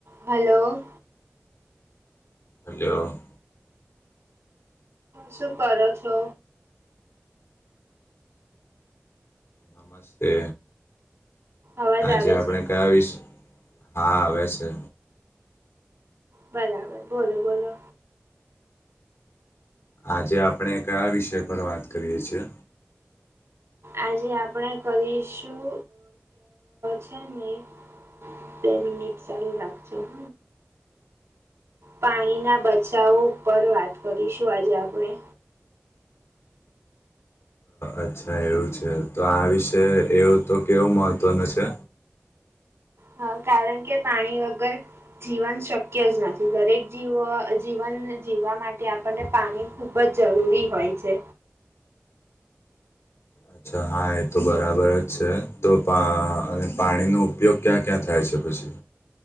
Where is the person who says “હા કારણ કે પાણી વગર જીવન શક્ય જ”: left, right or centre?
Right